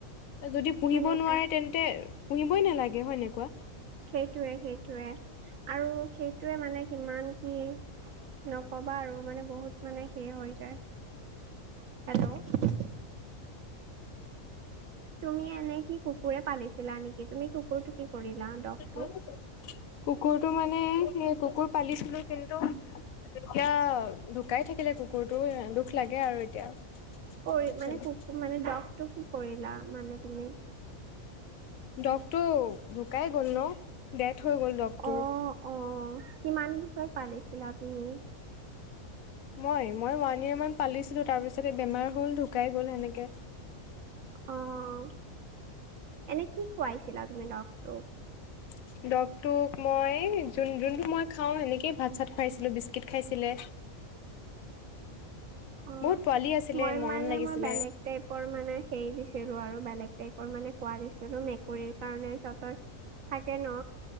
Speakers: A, on the left; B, on the right.
A: যদি পুহিব
B: সেনেকা
A: নোৱাৰে তেন্তে, পুহিবই নালাগে হয় নাই কোৱা?
B: সেইটোৱে, সেইটোৱে আৰু সেইটোৱে মানে কিমান কি নক'বা আৰু মানে বহুত মানে সে হৈ যায়, হেল্ল'। তুমি এনে কি কুকুৰে পালিছিলা নেকি, তুমি কুকুৰটো কি কৰিলা, ডগটো?
A: উম কুকুৰটো মানে, সেই কুকুৰ পালিছিলো কিন্তু এতিয়া ঢুকাই থাকিলে কুকুৰটো, দুখ লাগে আৰু এতিয়া।
B: কৰি
A: অলপ
B: মানে
A: চলপ
B: কুকুৰ মানে দগটো কি কৰিলা, মানে তুমি?
A: দগটো ঢুকাই গ'ল ন, ডেথ হৈ গ'ল ডগটোৰ।
B: অ', অ', কিমান বছৰ পালিছিলা তুমি?
A: মই, মই ওৱান ইয়েৰ মান পালিছিলো, তাৰপিছতে বেমাৰ হ'ল ঢুকাই গ'ল সেনেকে।
B: অ', এনে কি খুৱাইছিলা তুমি ডগটোক?
A: <inaudible> দগটোক মই যোন-যোনটো মই খাওঁ সেনেকেইে ভাত চাত খুৱাইছিলোঁ, বিস্কিট খাইছিলে।
B: অ',
A: বহুত পোৱালি আছিলে,
B: মই
A: মৰম
B: মানে
A: লাগিছিলে।
B: মই বেলেগ টাইপৰ মানে সেই দিছিলো আৰু বেলেগ টাইপৰ মানে খোৱা দিছিলো, মেকুৰীৰ কাৰণেও সিহঁতৰ থাকে ন,